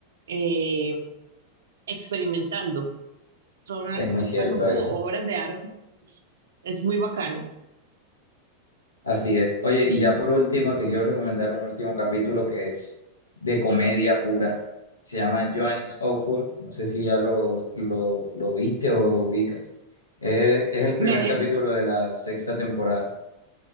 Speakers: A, on the right; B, on the left.
A: eh, experimentando. Son, al-
B: es muy cierto
A: pues, son como
B: eso.
A: obras de arte. Es, es muy bacano.
B: Así es. Oye, y ya por último, te quiero recomendar un último capítulo que es de comedia pura. Se llama Johannes Awful. No sé si ya lo, lo, lo viste o lo ubicas. Es, es el primer
A: Me
B: capítulo de la sexta temporada.